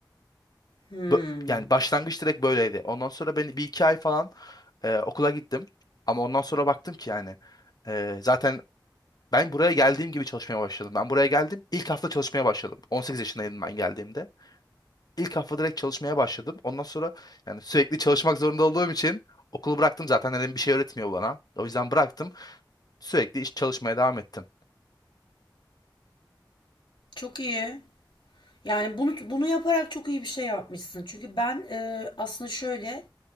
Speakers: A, on the left; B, on the left.
A: Hmm.
B: bö- yani başlangıç direkt böyleydi. Ondan sonra ben bir iki ay falan e, okula gittim. Ama ondan sonra baktım ki yani e, zaten ben buraya geldiğim gibi çalışmaya başladım. Ben buraya geldim ilk hafta çalışmaya başladım. 18 yaşındaydım ben geldiğimde. İlk hafta direkt çalışmaya başladım. Ondan sonra yani sürekli çalışmak zorunda olduğum için okulu bıraktım zaten dedim bir şey öğretmiyor bana. O yüzden bıraktım. Sürekli iş çalışmaya devam ettim.
A: Çok iyi. Yani bunu bunu yaparak çok iyi bir şey yapmışsın. Çünkü ben e, aslında şöyle